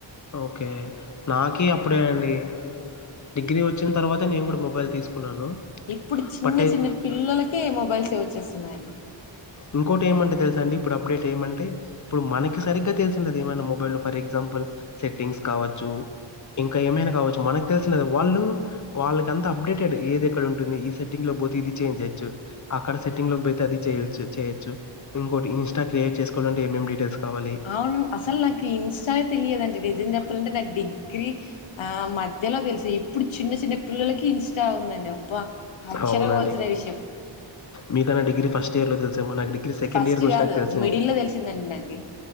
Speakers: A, on the left; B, on the left.
A: ఓకే నాకీ అప్పుడే అండి డిగ్ గ్రీ వచ్చిన తర్వాతే నేను కూడా మొబైల్ తీసుకున్నాను
B: ఇప్పుడు చిన్న
A: బట్ అయి
B: చిన్న పిల్లలకే మొబైల్స్ ఇవ్వచ్ స్తున్నాయండి
A: ఇంకోటి ఏమంటే తెలుసా అండి ఇప్పుడు అప్డేట్ ఏమంటే ఇప్పుడు మనకి సరిగ్గా తెలిసుండదు ఏమైనా మొబైల్లో లో ఫర్ ఎగ్జాంపుల్ సెట్టింగ్స్ కావచ్చు ఇంకా ఏమైనా కావచ్చు మనకి తెలిసిండదు వాళ్ళు వాళ్ళకి అంత అప్డేటెడ్ ఏది ఎక్కడ ఉంటుంది ఈ సెట్టింగ్ లో పోతే ఇది చేంజ్ చేయ్యచ్చు అక్కడ సెట్టింగ్ లోకి పోతే అది చేయచ్చు చేయొచ్చ ఇంకోటి ఇన్స్ట క్రియట్ చేసు కోవాలంటే ఏమేం డీటెయిల్స్ కావాలి.
B: అవును అసలు నాకు ఇంస్టా తెలియదు అండి నిజం చెప్పాలంటే నాకు డిగ్రీ ఆ మ ధ్యలో తెలుసు ఇప్పుడు చిన్న చిన్న పిల్లలకి ఇంస్టా వుందండి అబ్బా అశ్చర్య
A: అవునండి.
B: పోవల్సిన విషయం
A: మీకన్నా డిగ్రీ ఫస్ట్ ఇయర్ లో తెల్ నాకు డిగ్రీ సెకండ్
B: ఫస్ట్
A: ఇయర్కి వచ్చినాక
B: కాదు
A: తెలిసింది
B: మిడిల్ లో తెలిసిందండి నాకి